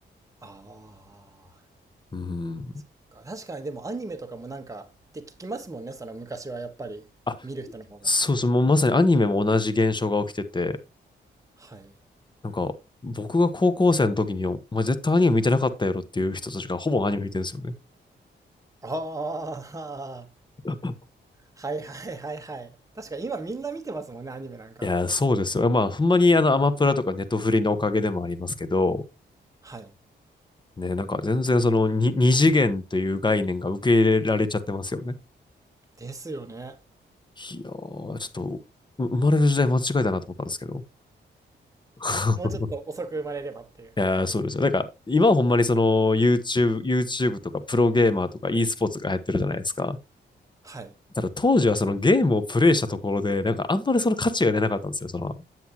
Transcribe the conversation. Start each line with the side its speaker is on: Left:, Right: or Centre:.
Right: ああ、
Left: うん。
Right: そっか。確かにでもアニメとかもなんかって聞きますもんね、その昔はやっぱり見る人の方が。
Left: あ、そうそう、もうまさにアニメも同じ現象が起きてて、
Right: はい。
Left: なんか、僕が高校生の時に、お前絶対アニメ見てなかったやろっていう人たちがほぼアニメ見てるんですよね。
Right: ああ、
Left: <laughs>
Right: はいはいはいはい。確かに今みんな見てますもんね、アニメなんか。
Left: いやー、そうですよ。まあ、ほんまにあの、アマプラとかネットフリのおかげでもありますけど、
Right: はい。
Left: ね、なんか全然そのに二次元という概念が受け入れられちゃってますよね。
Right: ですよね。
Left: いやー、ちょっと、う生まれる時代間違えたなと思ったんですけど。<laughs>
Right: もうちょっと遅く生まれればっていう。
Left: いやそうですよ。なんか、今はほんまにその YouTube、YouTube とかプロゲーマーとか e スポーツが流行ってるじゃないですか。
Right: はい。
Left: ただ当時はそのゲームをプレイしたところで、なんかあんまりその価値が出なかったんですよ。その、